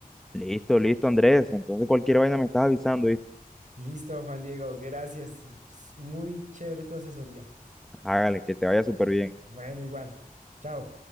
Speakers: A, in the centre; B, on the right.
A: Listo, listo, Andrés. Entonces cualquier vaina me estás avisando, ¿viste?
B: Listo, Juan Diego, gracias. Es Muy chévere tu asesoría.
A: Hágale, que te vaya súper bien.
B: Bueno, igual. Chao.